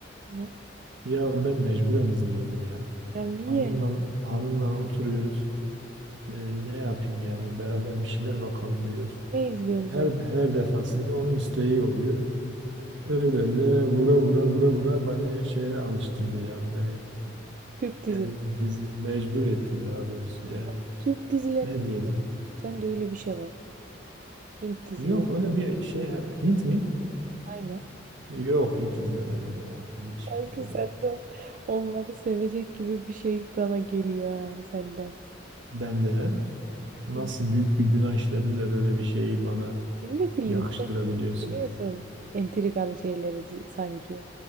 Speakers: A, on the right; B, on the right.
A: Yine.
B: Ya ben mecburen izliyorum ya.
A: Ya niye?
B: Hanımla hanımla oturuyoruz. E, ne yapayım yani beraber bir şeyler bakalım diyoruz.
A: Ne izliyorsun
B: Her
A: sen?
B: her defasında onun isteği oluyor. Öyle öyle vura vura vura vura beni şeye alıştırdı ya. Beni
A: Türk dizileri.
B: Yani dizi mecbur ettim daha doğrusu.
A: Allah.
B: Yani
A: Hint dizilerini
B: ne
A: izliyorum.
B: diyeceğim?
A: Sen de öyle bir şey var. Hint dizileri.
B: Yok öyle bir şey Hint mi?
A: Aynen.
B: Yok hiç izlemedim ya. Hiç
A: Sanki
B: öyle.
A: sen de onları sevecek gibi bir şey bana geliyor ha senden.
B: Ben de nasıl
A: Aynen.
B: büyük bir günah işledim de böyle bir şeyi bana
A: Ya Ne bileyim
B: yakıştırabiliyorsun.
A: sen böyle seviyorsun. Entrikalı şeyleri di- sanki.